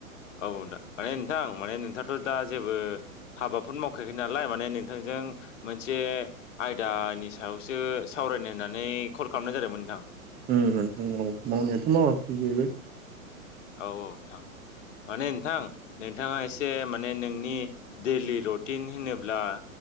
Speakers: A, on the left; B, on the right.
A: औ दा मानि नोंथां माने नोंथाङाथ' दा जेबो हाबाफोर मावखायाखै नालाय माने नोंथांजों जों मोनसे आयदानि सायावसो सावरायनो होननानै कल खालामनाय जादोंमोन नोंथां
B: उम उम मावनायाथ' मावासै जेबो
A: औ औ नोंथां माने नोंथां नोंथांआ एसे मानि नोंनि दैलि रुटिन होनोब्ला